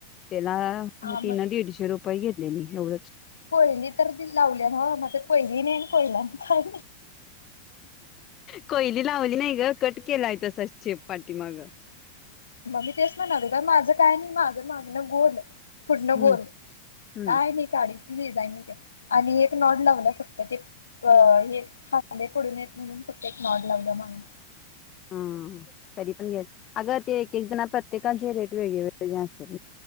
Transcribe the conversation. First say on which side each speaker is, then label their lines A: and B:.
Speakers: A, on the left; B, on the left.
A: त्याला
B: हा मग
A: तीन दीडशे रुपये घेत हो
B: कोयली तर लावली ना हो माझ कोयली नाही कोयला काय
A: कोयली लावली नाही ग कट केलाय तस शेप पाटीमाग
B: मग मी तेच म्हणाते कारण माझं काय नाही मागं मागनं गोल पुढण
A: हम्म
B: गोल
A: हम्म
B: काय नाही काढ डिझाईन आणि एक नॉड लावलं फक्त ते हे खांदे पडून येत म्हणून मॉलावलं मग
A: हा तरी पण घ्या अगं ते एक एक जण प्रत्येकाची रेट वेगळे वेगळे असेल